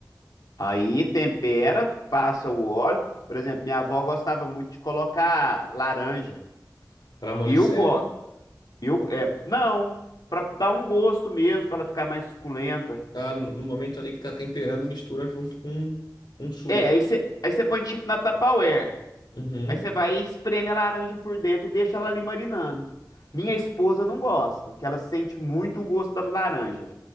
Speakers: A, on the left; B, on the left.
A: Aí tempera, passa o óleo. Por exemplo, minha avó gostava muito de colocar laranja.
B: Para amolecer?
A: Eu gosto. Eu, é, não, pra dar um gosto mesmo, pra ela ficar mais suculenta.
B: Ah, no, no momento ali que tá temperando, mistura junto com um suco.
A: É, aí você aí você põe tipo na Tupperware.
B: Uhum.
A: Aí você vai e espreme a laranja por dentro e deixa ela ali marinando. Minha esposa não gosta, que ela sente muito o gosto da laranja.